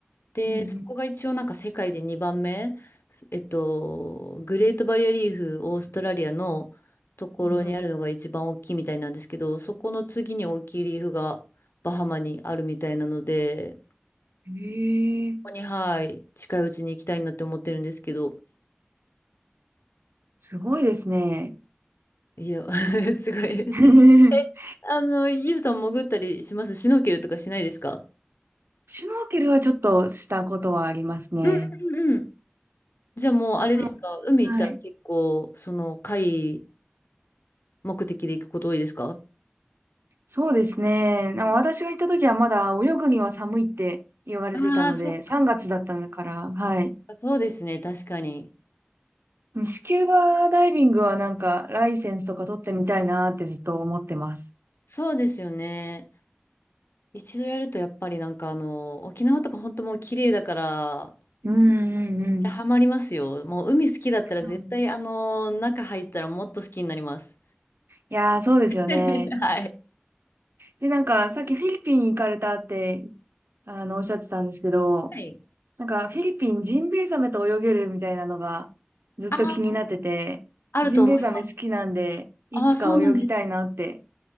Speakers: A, on the left; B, on the right.
A: で、
B: うん
A: そこが一応なんか世界で2番目、えっと、グレートバリアリーフ、オーストラリアのところにあるのが一番大きいみたいなんですけど、
B: うん、うん
A: そこの次に大きいリーフがバハマにあるみたいなので、
B: うん。へえ、
A: ここに、はい、近いうちに行きたいなって思ってるんですけど、
B: すごいですね。
A: いや、<laughs> すごい。
B: <laughs>
A: あの、ユウさん潜ったりしますシュノーケルとかしないですか
B: シュノーケルはちょっとしたことはありますね。
A: うんうんうん。じゃあもうあれですか、
B: うん
A: 海行ったら結構、
B: はい。
A: その海目的で行くこと多いですか
B: そうですね。でも私が行った時はまだ泳ぐには寒いって言われてたので、
A: ああー、そっかそっ
B: 3月だったのから、はい。
A: か、そうですね、確かに。
B: スキューバダイビングはなんかライセンスとか取ってみたいなーってずっと思ってます。
A: そうですよね。一度やるとやっぱりなんかあの、沖縄とか本当もう綺麗だから、
B: うんうんうん。
A: じゃあハマりますよ。もう海好きだったら絶対あの、
B: うん
A: 中入ったらもっと好きになります。
B: いやー、そうですよね。
A: <laughs> はい。
B: で、なんかさっきフィリピン行かれたって、あの、おっしゃってたんですけど、
A: はい。
B: なんかフィリピンジンベエザメと泳げるみたいなのがずっと気になってて、
A: あーあると思います。
B: ジンベエザメ好きなんで、いつか泳ぎたいなって。
A: ああ、そうなんですね